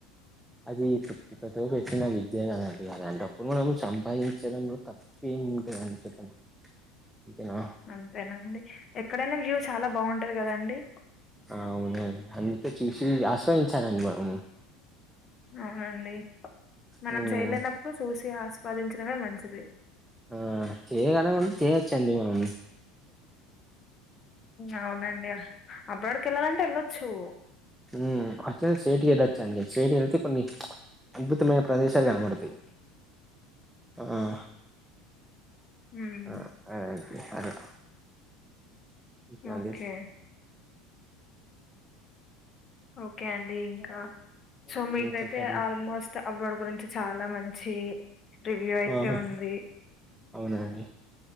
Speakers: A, in the centre; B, on the left.
A: అది ఇప్పుడు ఇప్పతో పెట్న విద్య అనేండి అలాంటప్పుడు మనం సంపాదించడంలో తప్ప ఏ అంతే అండి చెప్పండి ఇనా
B: అంతేనండి. ఎక్కడైనా వ్యూ చాలా బాగుంటది కదండి
A: అవునండి అందుకే చూసి ఆశవాయించాలండి మన
B: అవునండి మనం
A: హ్మ్
B: చేయలేనప్పుడు చూసి ఆస్వాదించడమే మంచిది
A: ఆ చేయగనకుండా చేయొచ్చండి మనల్ని
B: అవునండి అబ్రాడ్కి వెళ్ళాలంటే వెళ్ళొచ్చు
A: ఉ అచ్చ సేఠ
B: ఉమ్
A: వెద వచ్చండి సేఠ కొన్ని అద్భుతమైన ప్రదేశాలు కనబడతాయి ఆహా
B: ఉమ్,
A: అ అగే అలా చది
B: ఓకే ఓకే అండి ఇంకా సో మీకైతే
A: హ్మ్ చెప్పండి
B: ఆల్మోస్ట్ అబ్రాడ్ గురించి చాలా మంచి రివ్యూ అయితే
A: ఆహా
B: ఉంది
A: అవునండి